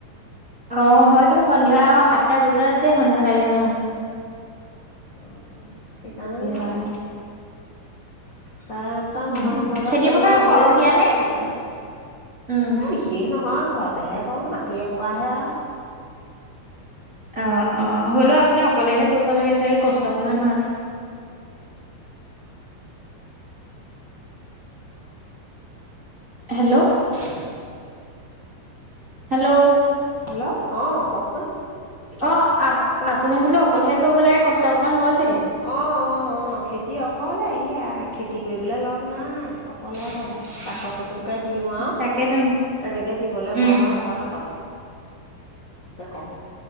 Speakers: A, on the right (about 20°); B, on the left (about 30°).
A: অ হয়তো সন্ধিয়া অ সাতটা বজাতে সন্ধিয়া লাগে উ।
B: অ সেইকাৰণেমাৰ
A: হয়
B: চাৰে আঠটা নটামান
A: উম
B: বজাত
A: খেতি
B: খাবলৈ
A: পথাৰ
B: লাগেই
A: সৰহীয়া
B: নহয়
A: নে
B: সোনকালে
A: উম
B: এই বিশেষ নহয় ঘৰত। এহে কা মাটি পোৱাহে আৰু।
A: অ অ হ'লেও আপুনি অকলেহে কৰিব লাগে চাগে কষ্ট অকমান হয়। হেল্ল'!
B: <inaudible>
A: হেল্ল'!
B: হেল্ল' অ কওকচোন।
A: অঁ। আপ
B: কোৱা।
A: আপুনি বোলে অকলেহে। কৰিব লাগে কষ্ট অকণমান হয়' চাগে।
B: অ অ অ খেতিয়ক। অকলে ইয়াই খেতি কৰিবলৈ লগ নাই অকলে অকলে জাকৰ <unintelligible> কে দিওঁ আৰু
A: তাকেতো
B: তেনেকৈ দিবলৈ কওঁ
A: উম।
B: আৰু তাৰপৰা কাতো। ত কওঁ।